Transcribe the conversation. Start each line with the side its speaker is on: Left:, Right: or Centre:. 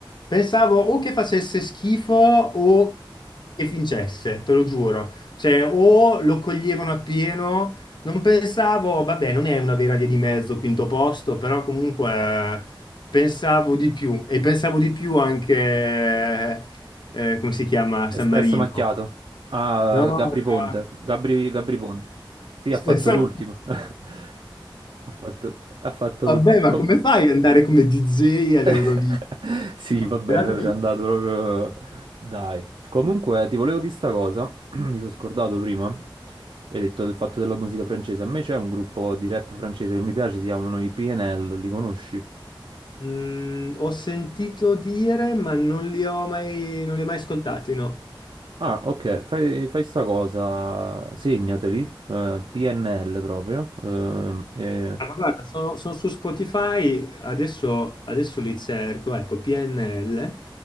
Left: pensavo o che facesse schifo o che vincesse, te lo giuro, cioè, o lo coglievano appieno, non pensavo, vabbè, non è una vera via di mezzo, quinto posto, però comunque eh, pensavo di più e pensavo di più anche, eh, come si chiama,
Right: Espresso
Left: San Marino,
Right: macchiato. Ah,
Left: no?
Right: Gabri Ponte,
Left: era-
Right: Gabri, Gabri Ponte. Sì, ha fatto
Left: Pensavo
Right: l'ultimo. <laughs> Ha fatto, ha fatto
Left: Vabbè,
Right: l'ultimo.
Left: ma come fai ad andare come DJ all'Eurovision?
Right: <laughs> Sì,
Left: No,
Right: vabbè,
Left: veramente.
Right: ci c'è andato proprio. Dai. Comunque, eh, ti volevo dire sta cosa. <clears throat> Mi sono scordato prima. Hai detto del fatto della musica francese. A me c'è un gruppo di rap francese che mi piace, si chiamano i PNL, li conosci?
Left: Mm, ho sentito dire, ma non li ho mai, non li ho mai ascoltati, no.
Right: Ah, ok, fai, fai sta cosa, segnateli, eh, PNL proprio, eh, e
Left: Ah, ma guarda, sono, sono su Spotify, adesso, adesso li cerco, ecco, PNL,